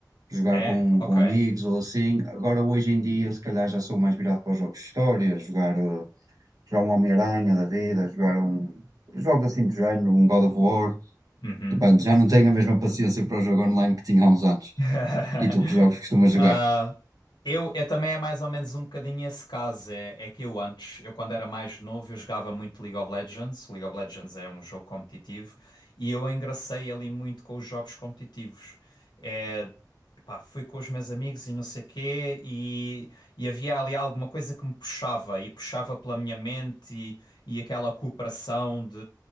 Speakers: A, on the right (about 55°); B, on the left (about 80°).
A: Jogar
B: É,
A: com,
B: ok.
A: com amigos ou assim. Agora, hoje em dia, se calhar já sou mais virado para os jogos de história, jogar, eh, jogar um Homem-Aranha da vida, jogar um. Jogos assim de género, um God of War.
B: Uhum.
A: Depende, já não tenho a mesma paciência para o jogo online que tinha há uns anos.
B: <laughs>
A: E tu, que jogos costumas jogar?
B: Ah, eu, eu também é mais ou menos um bocadinho esse caso. É, é que eu antes, eu quando era mais novo, eu jogava muito League of Legends. League of Legends é um jogo competitivo e eu engracei ali muito com os jogos competitivos. É, pá, fui com os meus amigos e não sei quê, e, e havia ali alguma coisa que me puxava e puxava pela minha mente e, e aquela cooperação de.